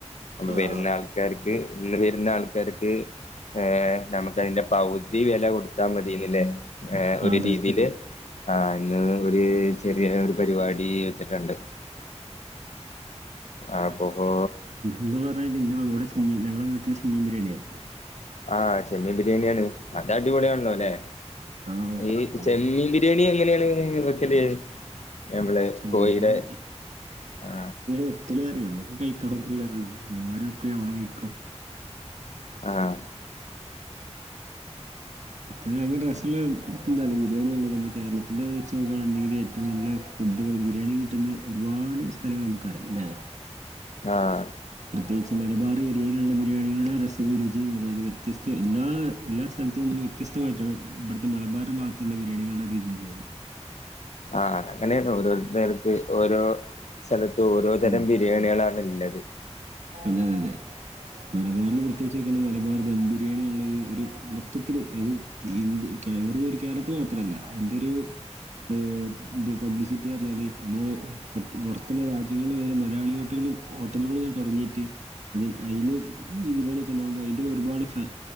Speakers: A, on the left; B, on the right.
A: അപ്പൊ വരുന്ന
B: ആഹ്
A: ആൾക്കാർക്ക് ഇന്ന് വരുന്ന ആൾക്കാർക്ക് ഏഹ് നമുക്ക് അതിന്റെ പൗ ഉതി വില കൊടുത്താ മതിയന്നില്ലേ ഏഹ് ഒരു
B: അതെ
A: രീതിയില്
B: അതെ
A: ആഹ് ഇന്ന് ഒരു ചെറിയ ഒരു പരിപാടി വെച്ചിട്ടുണ്ട് ആ ഹ് ബഹു
B: എന്ന് പറഞ്ഞാൽ ഇന്ന് ഇവിടെ ചെമ്മി ഞങ്ങളെ വീട്ടിൽ ചെമ്മിൻ ബിരിയാണി ആയിരുന്നു
A: ആഹ് ചെമ്മീൻ ബിരിയാണിയാണ് അത് അടിപൊളിയ ആണല്ലോ അല്ലെ
B: ആഹ്
A: ഈ
B: പോയെന്താ
A: ചെമ്മീൻ ബിരിയാണി എങ്ങനെയാണ് വെക്കല് നമ്മള്
B: ചെമ്മീൻ
A: കോഴിയുടെ
B: ബിരിയാണി
A: ആ
B: ഒല് അറിയ നമുക്ക് കഴിക്കാൻ മാത്രല്ലേ അറിയൂ ഉമ്മമാരൊക്കെ വെക്കും നമ്മള് കഴിക്കും
A: ആഹ്
B: <unintelligible> ഡ്രെസ്സില് എന്താ മീഡിയലലുള്ളത് നമ്മുടെ കേരളത്തില് വെച്ച് നോക്കുകയാണുണ്ടെങ്കിൽ ഏറ്റവും നല്ല ഫുഡുകൾ ബിരിയാണി കിട്ടുന്ന ഒരുപാട് സ്ഥലങ്ങൾ നമുക്കറിയാം ലെ
A: ആഹ്.
B: പ്രത്യേകിച്ച് മലബാറെരിയയിലുള്ള ബിരിയാണികളുടെ രസവും രുചിയു മുള്ളത് വ്യത്യസ്ത എല്ലാ എല്ലാ സ്ഥലത്തുന്നും വ്യത്യസ്തമായിട്ടാണ് ഇബട്ത്തെ മലബാറ്ഭാഗത്തുള്ള ബിരിയാണികളുടെ രുചിയുള്ളത്.
A: ആഹ്, അതങ്ങനെയാണ്. ഓരോരുത്തർക്ക് ഓരോ സ്ഥലത്തും ഓരോ തരം
B: ഉം
A: ബി രിയാണികളാണ് ഇള്ളത്.
B: അതെ, അതെ മലബാറില് പ്ര പ്രത്യേകിച്ചോക്കാണെങ്കില് മലബാറ് ദം ബിരിയാണികളില് ഒരു മൊത്തത്തില് അത് ഇന്ത്യ വേറൊരു കേരളത്തിൽ മാത്രമല്ല അതിന്റൊരു ഇത് ഇത് പബ്ലിസിറ്റി പറഞ്ഞാല് നമ്മള് പൊ പൊറത്തുള്ള രാജ്യങ്ങളില് വരെ മലയാളി ഹോട്ടലുകള് ഹോട്ടലുകള് തൊടങ്ങിട്ട് അതി അയില് മീൻ ബിരിയാണിയൊക്കെ ഉണ്ടാവുമ്പോൾ അയിന്റെ ഒരുപാട് ഫാ